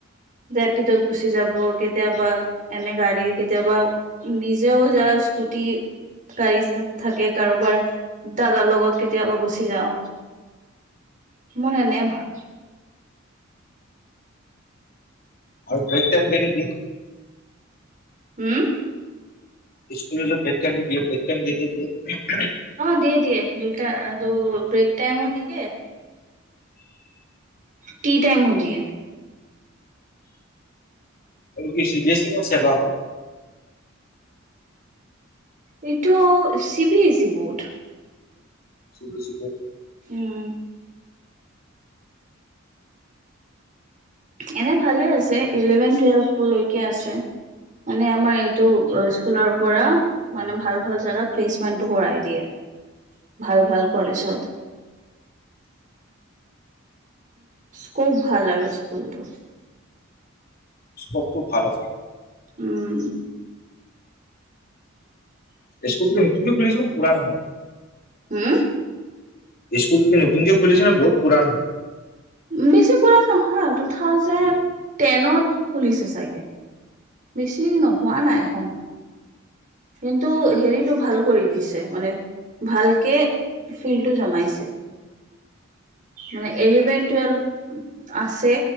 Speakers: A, on the right; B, on the left.
A: যেপিতত গুচি যাব কেতিয়াবা এনে গাড়ী কেতিয়াবা নিজেও য স্কুটি গাড়ী থাক থাকে কাৰোবাৰ দাদাৰ লগত কেতিয়াবা গুচি যাও। মোৰ এনে ভাল
B: আৰু ব্ৰেক তেম দি দি
A: উম।
B: স্কুলৰ যে ব্ৰেক তাইমটো দিয়ে ব্ৰেক তাইম যেতিয়া দিয়ে
A: অ' দিয়ে দিয়ে দুটা দু ব্ৰেক টাইমো দিয়ে। তি তাইমো দিয়ে।
B: আৰু কি চি বি এছ নে চেবা হয়?
A: এইটো C B S E board.
B: চুবছিক <unintelligible>
A: উম। এনে ভালে আছে ইলেভেন টুৱেলভলৈকে আছে মানে আমাৰ টোৰ স্কুলৰ পৰা মানে ভাল ভাল জেগাত প্লেচমেন্টটো কৰাই দিয়ে। ভাল ভাল কলেজত। স্কুপ ভাল আৰু স্কুলটোৰ।
B: স্কুপটো ভাল আছে
A: উম।
B: স্কুলখন নতুনকে খুলিছেনে পুৰাণা হয়।
A: হম।
B: স্কুলটো নতুনকে খুলিছিল নে বহুত পুৰাণ
A: বেছি পুৰাণ নহয় টু থাউজেণ্ড টেনত খুলিছে চাগে। বেছি নোহোৱা নাই সময়। কিন্তু হেৰিটো ভাল কৰি দিছে মানে ভালকে ফিল্ডটো জমাইছে। মানে এলেভেন টুৱেলভ আছে